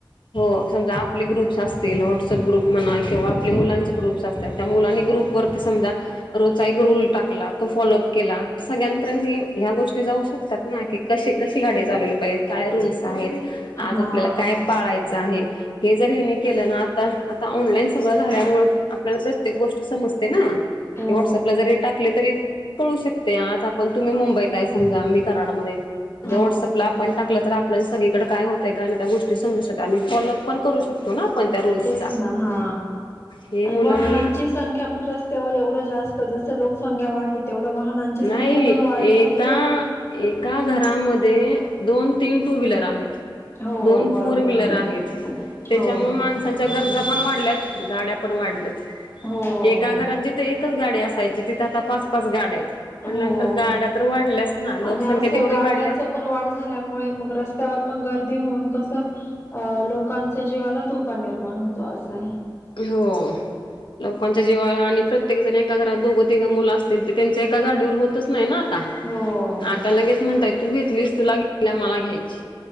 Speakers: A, on the left (about 85°); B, on the left (about 35°).
A: हो समजा आपले ग्रुप्स असतील व्हॉट्सअप ग्रुप म्हणा किंवा आपल्या मुलांचे ग्रुप्स अस त्यात त्या मुलांनी ग्रुपवरती समजा रोचा एक रूल टाकला तो फॉलो अप केला सगळ्यांपर्यंत ह्या गोष्टी जाऊ शकतात. ना की कशी कशी गाडी चालवली पाहिजे काय रूल्स आहेत.
B: हा
A: आज आपल्याला काय पाळायचं आहे हे जर हेनी केलं ना आता आता ऑनलाईन सगळं झाल्यामुळे आपल्याला प्रत्येक गोष्ट समजते ना व्हॉट्सअपला
B: हो.
A: जरी टाक तरी कळू शकते आज आपण तुम्ही मुंबईत आहे समजा मी कराडमध्ये व्हॉट्सअपला
B: हो
A: आपण टाकलं तर आपल्याला सगळीकडे काय होतय नाही त्या गोष्टी समजू शकतात आणि फॉलोपण करू शको. तो ना आपण त्या रूल्स
B: तेच ना हा.
A: हे
B: आणि
A: मुलांनी
B: वाहनांची संख्या पण रस्तावर एवढ जास्त जसं लोकसंख्या वाढली. तेवढं वाहनांची संख्या
A: नाही
B: पण वाढ
A: एका
B: झालीय.
A: एका घरामध्ये दोन तीन टू व्हीलर आहेत.
B: हो
A: दोन
B: बरोबर
A: फोर व्हीलर
B: आहे
A: आहेत त्याच्यामुळे
B: हो.
A: माणसा गरजा पण वाढल्या गाड्या पण वाढल्यात
B: हो
A: एका घरात जिथे कच गाडी असायची तिथे आता पाच पाच गाड्या आहेत. म्हटल्यानंतर
B: हो.
A: गाड्या तर वाढल्याच ना लोकसंख्या
B: आणि असं
A: जेवढी
B: गाड्यांच
A: वाढल्यावर.
B: पण वाढ झाल्यामुळे मग रस्त्यावर पण गर्दी होऊन कसं. अ लोकांच्या जीवाला धोका निर्माण होतो असं
A: हो लोकांच्या जेव्हा आणि प्रत्येक जण एका घरात दोघं तिघं मुलं असतील ते त्यांच्या एका गाडीवर होतच नाही ना आता.
B: हो
A: ता लगेच म्हणताय तू घेतलीस तुला घेतली मला घ्यायची.